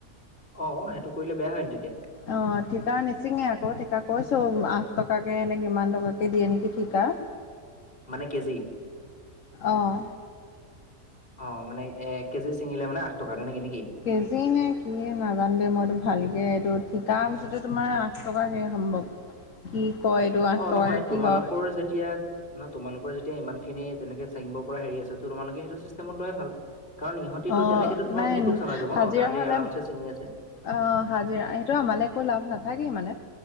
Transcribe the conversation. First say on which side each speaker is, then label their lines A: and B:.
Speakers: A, on the left; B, on the left.
A: অ সেইটো কৰিলে বেয়া হয় ন তেতিয়া
B: অ ঠিকা নিচিঙে আকৌ ঠিকা কৌছো, আঠ টকাকৈ এনে কিমান টকাকৈ দিয়ে নেকি ঠিকা। <inaudible>
A: মানে কেজি।
B: অ',
A: অ মানে এ কেজি ছিঙিলে মানে আঠ টকা নে কি নেকি
B: কেজি নে কিয়ে নাজান দেই মইতো ভালকৈ এইটো ঠিকা মুঠতে তোমাৰ আঠ টাকে সম্ভৱ। <inaudible> কি কয় এইটো আঠ
A: অ
B: টকাকে
A: নহয়
B: কি
A: তোমালোকৰ
B: হয়
A: যেতিয়া নহ তোমালোক যেতিয়া ইমান খিনি তেনেকে চাঙিব পৰা হেৰি আছে তো তোমালোকে সেইটো চিষ্টেমত লোৱাই ভাল। কাৰণ ইহতিতো
B: অ',
A: তেনেকেতো তোমাৰ
B: নাই
A: বহুত লোকচান হৈ যাব
B: হাজিৰা
A: ন তাহাঁতি
B: হ'লে
A: আৰামছে চিঙি আছে।
B: অ হাজিৰা সেইটো আমালৈ একো লাভ নাথাকেই মানে